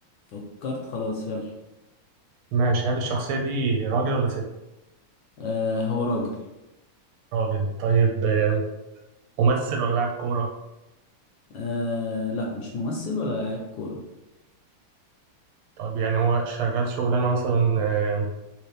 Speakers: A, on the left; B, on the right.
A: فكرت خلاص يلا
B: ماشي هل الشخصية دي راجل ولا ست؟
A: آه هو راجل
B: راجل طيب آه، ممثل ولا لاعب كورة؟
A: آه لا مش ممثل ولا لاعب كورة
B: طب يعني هو شغال شغلانة مثلا آه،